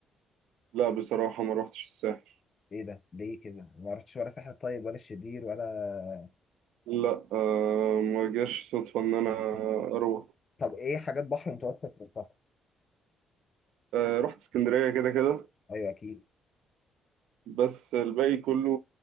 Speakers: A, on the right; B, on the left.
A: لا بصراحة ما روحتش الساحل
B: ايه ده ليه كده ما رحتش ولا ساحل طيب ولا الشرير ولا
A: لا آه، ما جاش صدفة إن أنا أروح
B: طب ايه حاجات بحر متوسط في البحر
A: آه، رحت اسكندرية كده كده
B: ايوه اكيد
A: بس الباقي كله